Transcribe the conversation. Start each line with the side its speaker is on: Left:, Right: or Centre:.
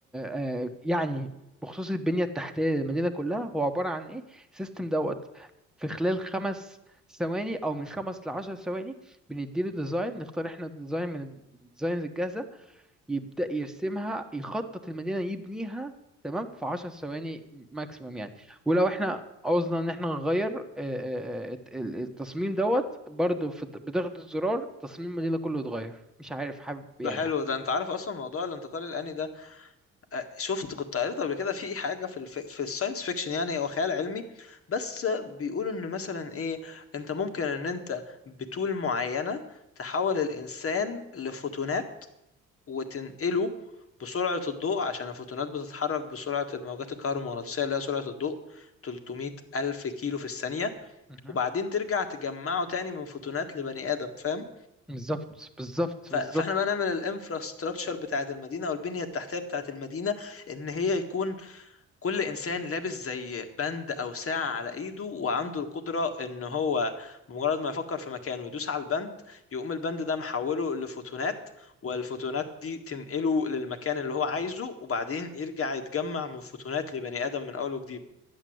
Centre: آه آه آه، يعني بخصوص البنية التحتية للمدينة كلها هو عبارة عن ايه سيستم دوت في خلال خمس ثواني او من خمس لعشر ثواني بنديله ديزاين نختار احنا الديزاين من الديزاينز الجاهزة يبدأ يرسمها يخطط المدينة يبنيها تمام في عشر ثواني ماكسيمم يعني ولو احنا عوزنا ان احنا نغير آه، آه، آه، ال- التصميم دوت برضو في بضغط الزرار تصميم المدينة كله اتغير مش عارف حابب يعني
Left: ده حلو ده انت عارف اصلا موضوع الانتقال الآني ده آه، شفت كنت قريت قبل كده في حاجة في الف... في الساينس فيكشن يعني هو خيال علمي بس بيقولوا ان مثلا ايه انت ممكن ان انت بطول معينة تحول الانسان لفوتونات وتنقله بسرعة الضوء عشان الفوتونات بتتحرك بسرعة الموجات الكهرومغناطيسية اللي هي سرعة الضوء 300 ألف كيلو في الثانية
Centre: مهم.
Left: وبعدين ترجع تجمعه تاني من فوتونات لبني آدم فاهم
Centre: بالظبط بالظبط
Left: ف-
Centre: بالظبط
Left: فاحنا بقى نعمل الانفراستراكشر بتاعت المدينه او البنيه التحتيه بتاعت المدينه ان هي يكون كل انسان لابس زي بند او ساعه على ايده وعنده القدره ان هو بمجرد ما يفكر في مكان ويدوس على البند يقوم البند ده محوله لفوتونات والفوتونات دي تنقله للمكان اللي هو عايزه وبعدين يرجع يتجمع من فوتونات لبني ادم من اول وجديد